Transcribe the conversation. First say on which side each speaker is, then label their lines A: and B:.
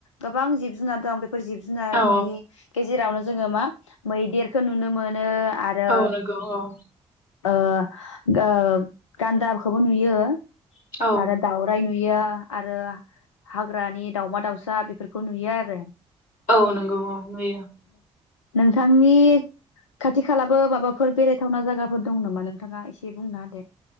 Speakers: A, on the left; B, on the left.
A: गोबां-जिब जुनार दं। जिब-जुनारनि
B: औ
A: गेजेरावनो जोङो मा मैदेरखौ नुनो मोनो। आरो
B: औ नोंगौ औ
A: ओ ओ गान्दाखौबो नुयो
B: औ
A: आरो दावराय नु यो आरो हाग्रानि दाउमा-दाउसा बेफोरखौ नुयो आरो।
B: औ नोंगौ औ नुयो।
A: नोंथांनि खाथि खालाबो माबाफोर बेरायथावना जायगाफोर दं नामा? नोंथाङा एसे बुंना होदो